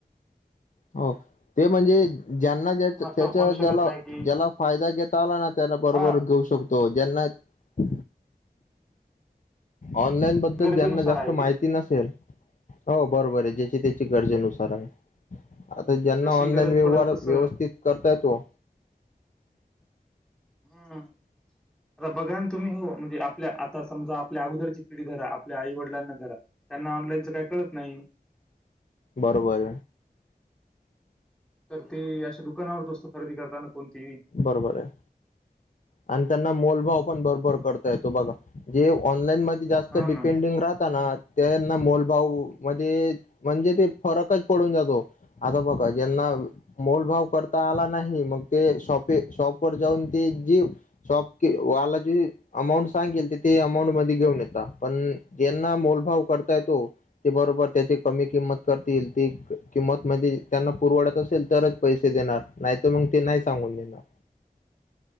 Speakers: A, on the left; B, in the centre.
A: हो ते म्हणजे ज्यांना ज्या
B: आपण
A: त्याचा
B: असं म्हणू शकत
A: ज्याला
B: नाही की
A: ज्याला फायदा घेता आला ना त्याला बरोबर
B: हा
A: घेऊ शकतो ज्यांना <inaudible> ऑनलाईन बद्दल
B: गरजेनुसार
A: ज्यांना जास्त
B: आहे ते.
A: माहिती नसेल हो बरोबर आहे जे त्याची गरजेनुसार आहे यांना
B: जशी
A: ऑनलाईन
B: गरज
A: व्यवहार
B: पडेल तसं
A: व्यवस्थित करताय तो
B: हम्म आता बघाान तुम्ही हो म्हणजे आपल्या आता समजा आपल्या अगोदरची पिढी रा आपल्या आई वडिलांनाधरा त्यांना ऑनलाईनचं काय कळत नाही
A: बरोबर
B: तर ते अशा दुकानावरच असतो खरेदी करताना कोणतीही.
A: बरोबर आहे आणि त्यांना मोलभव पण भरभर करता य तो बघा जे ऑनलाईन मध्ये जास्त
B: हा ना
A: डिपेंडिंग राहताना त्यांना मोलभाव मध्ये म्हणजे ते फरकच पडून जातो आता बघा ज्यांना मोभव करता आला नाही मग ते शॉप शॉप वर जाऊन ते जी शॉप वाला जे अमाऊंट सांगेल ते ते अमाऊंट मध्ये घेऊन ये पण ज्यांना अमोल भाऊ करता येतो ते बरोबर त्याची कमी किंमत करतील त किंमत म त्यांना पुरवडत असेल तरच पैसे देणार नाहीत मग ते नाही सांग म्हन ना